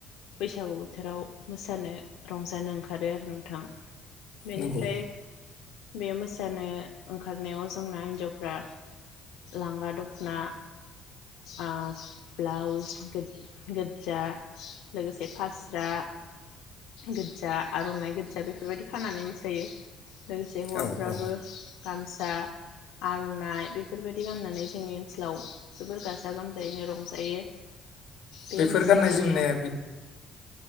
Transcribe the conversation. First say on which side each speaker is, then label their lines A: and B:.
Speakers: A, on the left; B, on the left.
A: बैसागु बोथोराव मोसानो रंजानो ओंखारो आरो नोंथां। बेनिफ्राय
B: नंगौ
A: बे मोसानो ओंखारनायाव जोंना हिनजावफ्रा लांगा दख'ना आं ब्लाउस गो-गोजा लोगोसे फास्रा गोजा आर'नाइ गोजा बेफोरबायदि खानानै मोसायो। लोगोसे हौवाफ्राबो
B: औ औ
A: गाम फिसा आर'नाइ बेफोरबायदि गाननानै जोंनि ओनसोलाव जोबोर गाजा गोमजायैनो रंजायो। बे
B: बेफोर
A: मोसाहैनायाव
B: गाननाय जोमनाया